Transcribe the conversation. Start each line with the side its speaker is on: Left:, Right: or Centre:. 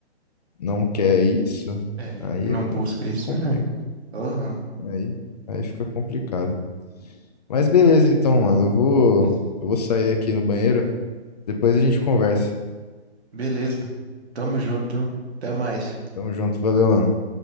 Left: não quer isso,
Right: É,
Left: aí
Right: que não
Left: é
Right: busca isso,
Left: compli,
Right: né? Aham.
Left: aí, aí fica complicado. Mas beleza, então, mano. Eu vou,
Right: Isso.
Left: eu vou sair aqui no banheiro. Depois a gente conversa.
Right: Beleza. Tamo junto. viu? Até mais.
Left: Tamo junto. Valeu, mano.